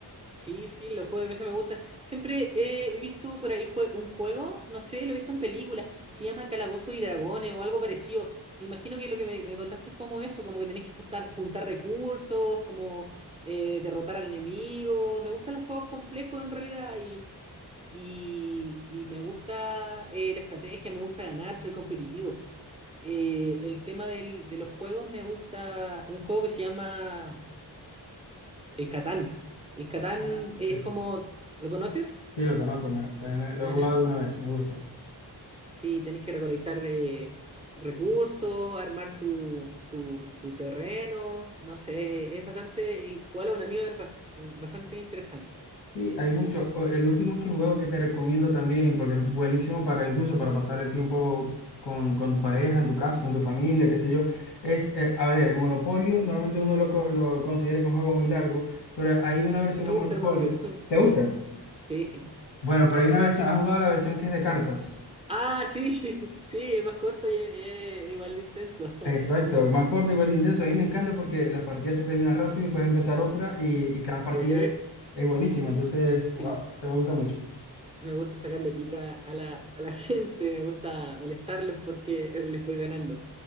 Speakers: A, on the right; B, on the left.
A: Sí, sí, los juegos de mesa me gustan. Siempre he visto por ahí jue- un juego, no sé, lo he visto en películas, se llama Calabozos y Dragones o algo parecido. Me imagino que lo que me, me contaste es como eso, como que tenés que juntar, juntar recursos, como eh, derrotar al enemigo. Me gustan los juegos complejos en realidad y, y, y me gusta eh, la estrategia, me gusta ganar, soy competitivo. eh, el tema del- de los juegos me gusta un juego que se llama El Catán. El Catán
B: Ah,
A: es
B: Sí, sí.
A: como, ¿lo conoces?
B: Sí, lo conozco, me- también me- lo
A: Ajá.
B: he jugado alguna vez, me gusta.
A: Sí, tenés que recolectar eh, recursos, armar tu, tu- tu terreno, no sé, es bastante, y jugarlo con amigos es bas- bastante interesante.
B: Sí, hay mucho. O- El último que he jugado que te recomiendo también, porque es buenísimo para incluso para pasar el tiempo con, con tu pareja, en tu casa, con tu familia, qué sé yo, es, eh, a ver, el Monopolio, normalmente uno lo, co- lo considera que es un juego muy largo, pero hay una versión
A: Me
B: de
A: gusta
B: Monopolio.
A: el Monopoly, <laughs>
B: ¿Te gusta?
A: sí.
B: Bueno, pero hay una versión, ¿has jugado la versión que es de cartas?
A: Ah, sí, <laughs> sí, es más corto y es- es igual de intenso. <laughs>
B: Exacto, más corto, igual de intenso. A mí me encanta porque las partidas se terminan rápido y puedes empezar otra y, y cada partida
A: Ejé.
B: es buenísima. Entonces, wow,
A: Sí,
B: se me gusta mucho.
A: Me gusta sacarle pica a la, a la <laughs> gente, me gusta molestarlos porque les voy ganando.